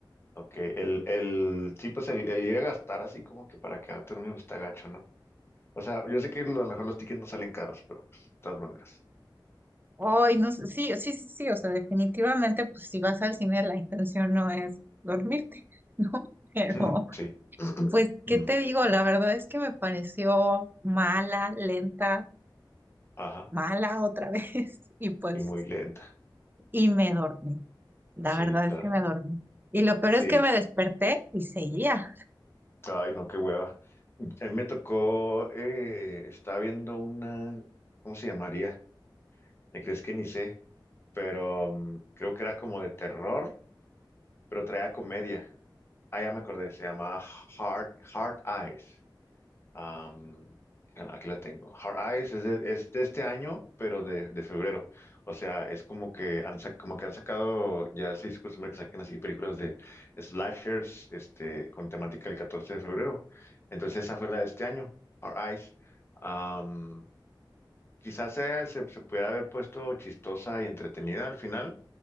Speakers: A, on the left; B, on the right.
A: ok, el, el, sí, pues el, el ir a gastar así como que para quedarte dormido está gacho, ¿no? O sea, yo sé que lo- a lo mejor los tickets no salen caros, pero pues, de todas maneras.
B: Hoy, no sé, sí, sí, sí, sí, o sea, definitivamente, pues si vas al cine, la intención no es dormirte, <laughs> ¿no? Pero,
A: <laughs> Sí. <clears throat>
B: pues, ¿qué
A: Mm.
B: te digo? La verdad es que me pareció mala, lenta,
A: Ajá.
B: mala otra vez, <laughs> y pues,
A: Y muy lenta.
B: y me dormí. La
A: Sí,
B: verdad
A: claro.
B: es que me dormí. Y lo peor
A: Sí.
B: es que me desperté y seguía.
A: Ay, no, qué hueva. A mí me tocó, eh, estaba viendo una, ¿cómo se llamaría? Me crees que ni sé, pero mm, creo que era como de terror, pero traía comedia. Ah, ya me acordé, se llamaba Hard, Hard Eyes. Am, bueno, aquí la tengo. Hard Eyes es de, es de este año, pero de, de febrero. O sea, es como que han, sac- como que han sacado, ya se hizo costumbre que saquen así películas de slashers, este, con temática del 14 de febrero. Entonces esa fue la de este año, Hard Eyes. Am, quizás se, se, se pudiera haber puesto chistosa y entretenida al final,